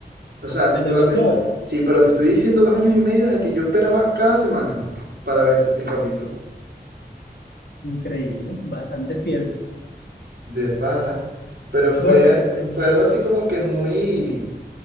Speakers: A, on the right; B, on the left.
A: O sea,
B: El de
A: pero
B: Black
A: te,
B: Clover,
A: sí, pero te estoy diciendo dos años y medio en el que yo esperaba cada semana para ver el capítulo.
B: increíble, ¿no? Bastante fiel.
A: De pana. Pero fue,
B: Bueno, este,
A: fue algo así como que muy,